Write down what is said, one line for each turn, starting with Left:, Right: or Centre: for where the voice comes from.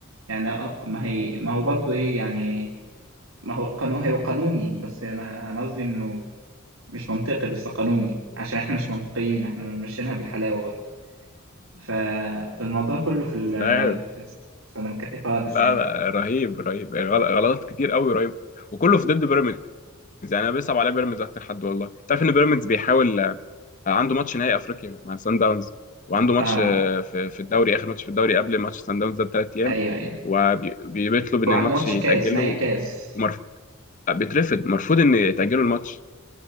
Right: يعني أه، ما هي ما هو برضه ايه يعني ما هو قانون هو قانوني بس انا انا قصدي انه مش منطقي بس قانوني عشان احنا مش منطقيين احنا ماشيينها بالحلاوه برضه ف... فالموضوع كله في ال...
Left: مش عارف
Right: في السلنكاتي خالص
Left: لا
Right: يعني
Left: لا رهيب رهيب غل- غلطات كتير قوي رهيب وكله في ضد بيراميدز يعني انا بيصعب عليا بيراميدز اكتر حد والله تعرف ان بيراميدز بيحاول آه، عنده ماتش نهائي افريقيا مع سان داونز وعنده ماتش
Right: اه
Left: آه، في في الدوري اخر ماتش في الدوري قبل ماتش سان داونز ده بثلاث ايام
Right: ايوه ايوه
Left: وبيطلب ان
Right: هو عنده
Left: الماتش
Right: ماتش
Left: يتاجل
Right: كاس نهائي
Left: له
Right: كاس
Left: ومرفوض بيترفض مرفوض ان يتاجلوا الماتش